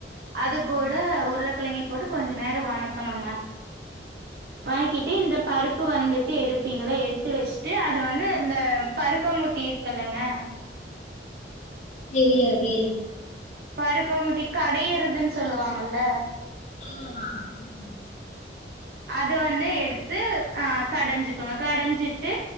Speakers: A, on the right; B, on the left.
A: அது
B: ம்
A: கூட உருளக்கெழங்கியு போட்டு கொஞ்ச நேர வணக்கணுங்க வனக்கிட்டு இந்தப் பருப்பு வந்துட்டு எடுப்பீங்கள எடுத்து வெச்சுட்டு அத வந்து இந்த பருப்ப மூட்டி இருக்குல்லங்க
B: தெரியாதே
A: பருப்பமுட்டி கடையறதுன்னு சொல்லுவாங்கல்ல
B: ஆமா ஆமாமா
A: து வந்து எடுத்து ஆ கடஞ்சுக்குணு கடஞ்சிட்டு